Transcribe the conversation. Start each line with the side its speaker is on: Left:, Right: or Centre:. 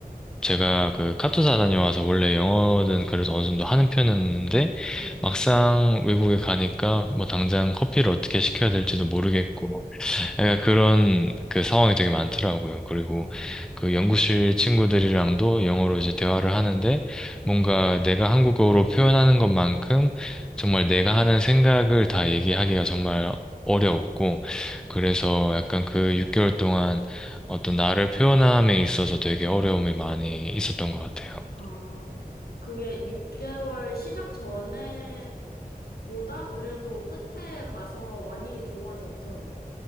Centre: 제가 그 카투사 다녀와서 원래 영어는 그래도 어느 정도 하는 편이었는데
Left: 네.
Centre: 막상 외국에 가니까 뭐 당장 커피를 어떻게 시켜야 될지도 모르겠고 약간 그런 그 상황이 되게 많더라고요. 그리고
Left: 어,
Centre: 그 연구실 친구들이랑도 영어로 이제 대화를 하는데 뭔가 내가 한국어로 표현하는 것만큼 정말 내가 하는 생각을 다 얘기하기가 정말 어려웠고 그래서 약간 그 6개월 동안 어떤 나를 표현함에 있어서 되게 어려움이 많이 있었던 것 같아요.
Left: 아, 그게 6개월 시작 전에 보다 그래도 끝에 가서 많이 좋아졌죠.